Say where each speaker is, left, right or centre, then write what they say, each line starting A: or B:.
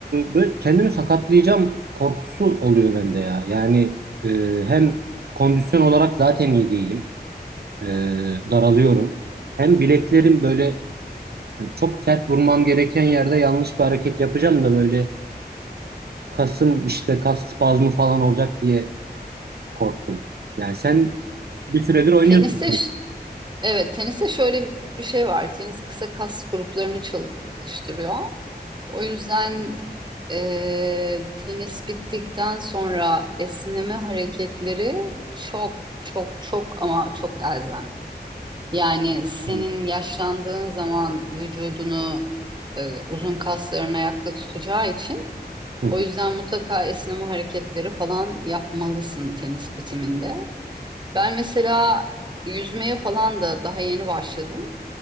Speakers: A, on the right (about 70°); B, on the right (about 25°).
A: böyle kendimi sakatlayacağım korkusu oluyor bende ya. Yani e, hem kondisyon olarak zaten iyi değilim. E, daralıyorum. Hem bileklerim böyle Hani çok sert vurmam gereken yerde yanlış bir hareket yapacağım da böyle kasım işte kas spazmı falan olacak diye korktum. Yani sen bir süredir oynuyorsun.
B: Teniste ş- evet teniste şöyle bir şey var. Tenis kısa kas gruplarını çalıştırıyor. O yüzden Ee, tenis bittikten sonra esneme hareketleri çok çok çok ama çok elzem. Yani senin
A: <laughs> Hı,
B: yaşlandığın zaman vücudunu e, uzun kasların ayakta tutacağı için
A: hı,
B: o
A: hı.
B: yüzden mutlaka esneme hareketleri falan yapmalısın tenis bitiminde. Ben mesela yüzmeye falan da daha yeni başladım.